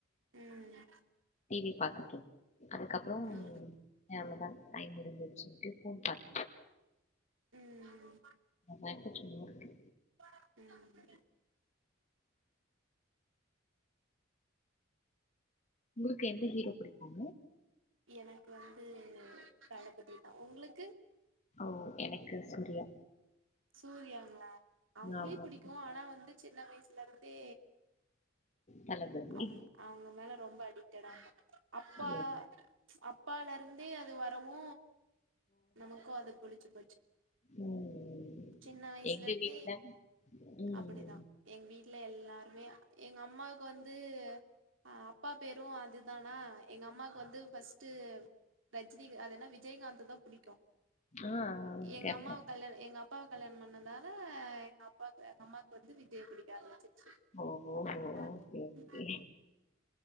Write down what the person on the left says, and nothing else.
டி வி பாத்துட்டுருக் அதுக்கப்றோ
ம் அவ்ளோதா டைம் முடிஞ்சிருச்சுன்ட்டு கூப்டாங்
நா இப்போ சும்மா இருக்கே
உங்களுக்கு எந்த ஹீரோ புடிக்கூங்க
ஓ எனக்கு சூரியா
ஆமாம்
தளபதி
ஓ
ம் ம்
எங்க
வீட்ல ம்.
ஆ
கேட்பேன்.
ஓ! ஓஹோ! ஓகே, ஓகே.